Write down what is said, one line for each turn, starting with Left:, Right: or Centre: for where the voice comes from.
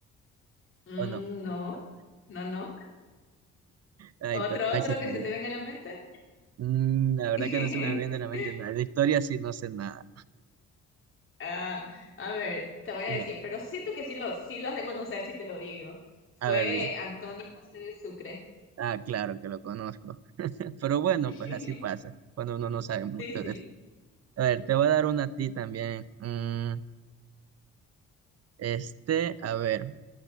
Left: Mm,
Right: o no?
Left: no, no, no.
Right: Ay,
Left: Otro,
Right: pero ahí
Left: otro
Right: se fue.
Left: que se te venga a la mente.
Right: Mm, la verdad
Left: <laughs>
Right: que no se me viene de la mente nada. De historia sí no sé nada.
Left: Ah, a ver, te voy a
Right: Ya,
Left: decir, pero siento que sí lo, sí lo has de conocer si te lo digo. Fue
Right: a ver, di.
Left: Antonio José de Sucre.
Right: Ah, claro que lo conozco. <laughs> Pero bueno,
Left: <laughs>
Right: pues así pasa, cuando uno no sabe mucho
Left: Sí, sí.
Right: de esto. A ver, te voy a dar una a ti también. Mm, este, a ver,